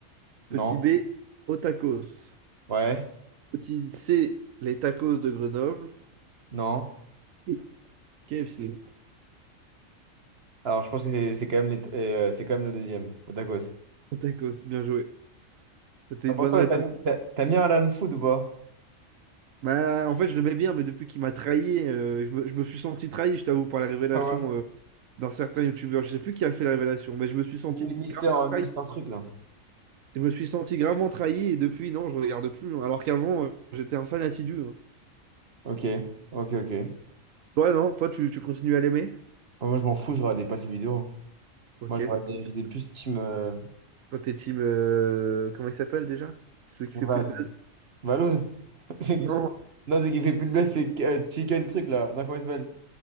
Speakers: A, on the right (about 75°); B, on the right (about 50°).
A: Petit
B: Non,
A: B, Otacos.
B: ouais,
A: Petit C, les tacos de Grenoble.
B: non.
A: Petit KFC.
B: Alors, je pense que c'est c'est quand même les, euh, c'est quand même le deuxième, au tacos.
A: Tacos, bien joué. C'était
B: Ah,
A: une
B: pour
A: bonne
B: toi,
A: réponse.
B: t'as mis, t'as- t'as mis un Alan Food ou pas?
A: Bah, en fait, je l'aimais bien, mais depuis qu'il m'a trahi, euh, je me, je me suis senti trahi, je t'avoue, par la révélation
B: Ah ouais.
A: euh, d'un certain youtubeur. Je sais plus qui a fait la révélation, mais je me suis senti
B: Oui,
A: gravement
B: Mister, euh,
A: trahi.
B: Mister Truc là.
A: Je me suis senti gravement trahi et depuis, non, je regarde plus. hein. Alors qu'avant, euh, j'étais un fan assidu. hein.
B: Ok, ok, ok.
A: Toi, non? Toi, tu, tu continues à l'aimer?
B: Ah, Moi je m'en fous, je regarde pas ces vidéos. hein.
A: Ok,
B: Moi j'ai
A: d'accord.
B: j'étais plus team euh,
A: Toi, t'es team. euh, comment il s'appelle déjà? Celui qui
B: Val.
A: fait plus de buzz?
B: Valouz? <laughs> C'est qui
A: Non,
B: fait- Non, c'est qui fait plus de buzz, c'est euh, Chicken Truc là. Non, comment il s'appelle?